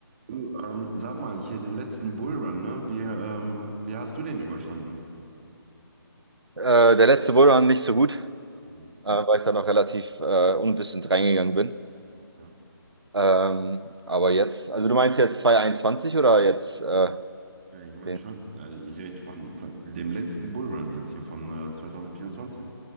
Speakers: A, on the right (about 30°); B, on the right (about 85°).
A: Du, ähm, sag mal, hier den letzten Bullrun, ne? Wie, ähm, wie hast du den überstanden?
B: Äh, der letzte wurde dann nicht so gut,
A: Mhm.
B: äh, weil ich da noch relativ äh, unwissend reingegangen bin.
A: Ja.
B: Ähm, aber jetzt, also du meinst jetzt zwanzig einundzwanzig oder jetzt äh,
A: Ja, Ich meine
B: den?
A: schon, äh, ich rede von, von dem letzten Bullrun jetzt hier von äh, 2024.